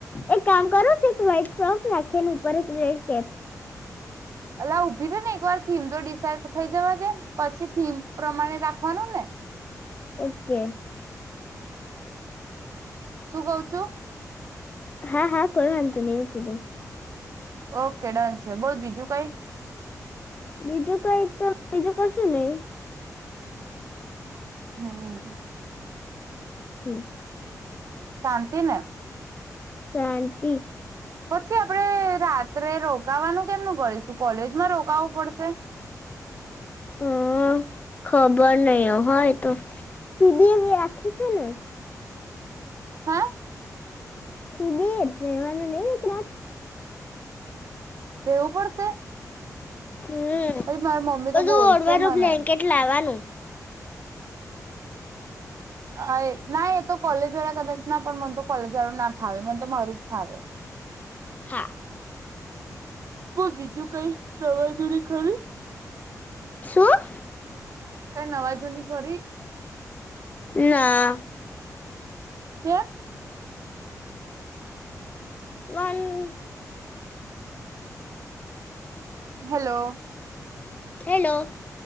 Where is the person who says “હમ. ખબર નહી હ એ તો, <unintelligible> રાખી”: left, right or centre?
Left